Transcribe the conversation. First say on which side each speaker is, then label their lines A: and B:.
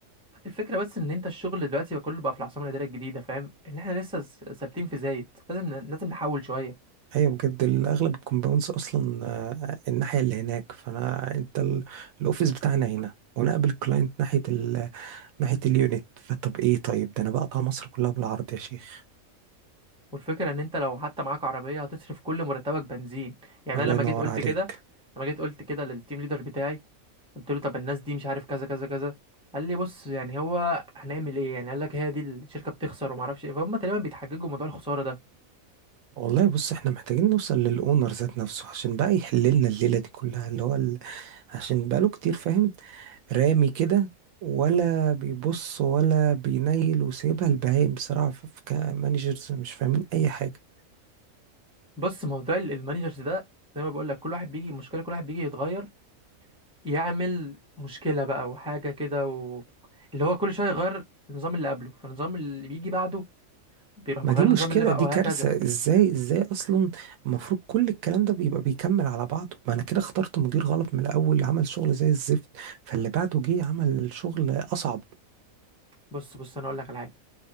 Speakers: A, in the centre; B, on the right.
A: الفكره بس ان انت الشغل دلوقتي بقى كله بقى في العاصمه الاداريه الجديده فاهم ان احنا لسه س- ثابتين في زايد لازم ن- لازم نحول شويه
B: ايوه بجد اغلب الكومباوندز اصلا آه، الناحيه اللي هناك فانا انت ال- الاوفيس بتاعنا هنا وانا قابل كلاينت ناحيه ال... ناحيه اليونت فطب ايه طيب ده انا بقطع مصر كلها بالعرض يا شيخ
A: والفكرة ان انت لو حتى معاك عربية هتصرف كل مرتبك بنزين يعني
B: الله
A: انا لما
B: ينور
A: جيت قلت
B: عليك
A: كده لما جيت قلت كده للتيم ليدر بتاعي قلت له طب الناس دي مش عارف كذا كذا كذا قال لي بص يعني هو هنعمل ايه يعني قال لك هي دي الشركة بتخسر وما اعرفش ايه فهم تقريبا بيتحججوا موضوع الخسارة ده
B: والله بص احنا محتاجين نوصل للاونر ذات نفسه عشان بقى يحل لنا الليله دي كلها اللي هو ال... عشان بقاله كتير فاهم رامي كده ولا بيبص ولا بينيل وسايبها البهايم بصراحه ف- ف- كمانجرز مش فاهمين اي حاجه
A: بص موضوع ال- المانجرز ده زي ما بقول لك كل واحد بيجي مشكلة كل واحد بيجي يتغير يعمل مشكلة بقى وحاجة كده و... اللي هو كل شوية يغير النظام اللي قبله فالنظام اللي بيجي بعده بيروح
B: ما
A: مغير
B: دي مشكله
A: النظام اللي بقى
B: دي
A: وهكذا
B: كارثه ازاي ازاي اصلا المفروض كل الكلام ده بيبقى بيكمل على بعضه ما انا كده اخترت مدير غلط من الاول عمل شغل زي الزفت فاللي بعده جه عمل شغل اصعب
A: بص بص انا اقول لك على حاجة